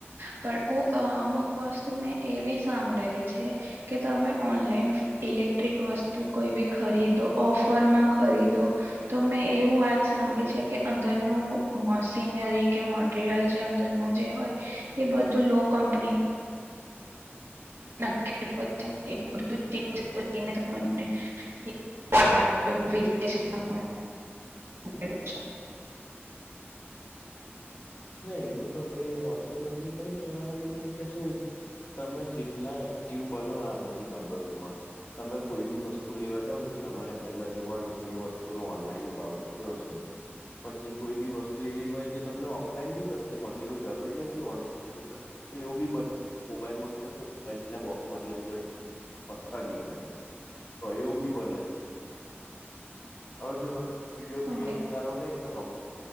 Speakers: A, on the right (about 65°); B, on the left (about 45°).
A: પણ ઈ અમુક વસ્તુ મેં એવી સાંભળેલી છે કે તમે ઓનલાઈન ઇલેક્ટ્રિક વસ્તુ કોઈ બી ખરીદો ઓફરમાં ખરીદો તો મેં એવું વાત સાંભળી છે કે અંદરનું મશીનરી કે મ ટીરિયલ જે અંદર નું જે હોય એ બધું લો કંપની <unintelligible> <unintelligible> અચ્છા
B: નહી એવું તો કઈ હોતુ, નથી પણ કેહેવાવામાં મની કે શુ તમે જેટલા એક્ટિવ બનો આ બધી બાબતોમા તમે કોઈ બી વસ્તુ લેવા જાવ ને તો તમારે પેલા જોવાનુ કે એ વસ્તુ નો ઓનલાઈન ભાવ કેટલો છે. પછી કોઈ બી વસ્તુ એવી હોય જે તમને ઓ ઓલાઈન બી સસ્તી મળતી એવું જરૂરી નથી ઓ વસ્તુ એવું બી બ મોબાઈલ મંગ તો મોબાઈલ ના બોક્સ માંથી અંદર પથ્થર નીકળે તો એવું બી બને છે. હવે જો તમે વિડીયો બીડીયો
A: ઓકે,
B: ઉતારો ને એ તો કમ